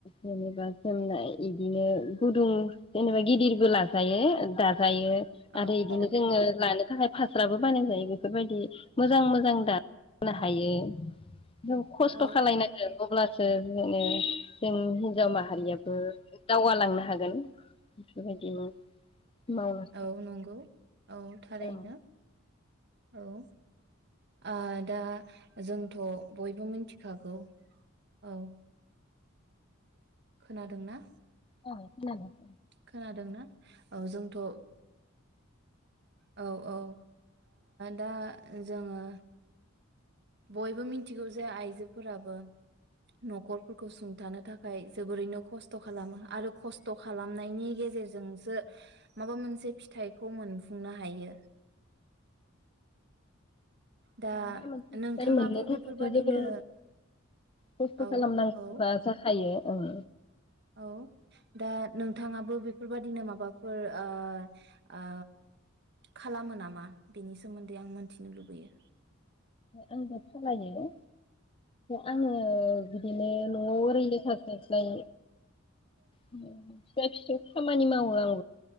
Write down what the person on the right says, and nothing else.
औ
औ
औ
औ नंगौ औ था रैनो।
औ आ दा जोंथ' बयबो मोन्थि खागौ औ खोनादोंना?
खोनादोंना औ जोंथ' औ औ ओ दा जोङो बयबो मि न्थिगौ जे आइजोफोराबो न'खरफोरखौ सुंथानो थाखाय जोबोरैनो खस्थ' खालामो। आरो खस्थ' खालामनायनि गेजेरजोंसो माबा मोनसे फिथाइखौ मोन फुंनो हायो। दा
नोंथाङाबो
बेफोरबादिनो
औ
औ
औ दा नोंथाङाबो बे फोरबादिनो माबाफोर ओ ओ खालामो नामा बेनि सोमोन्दै आं मोनथिनो लुबैयो।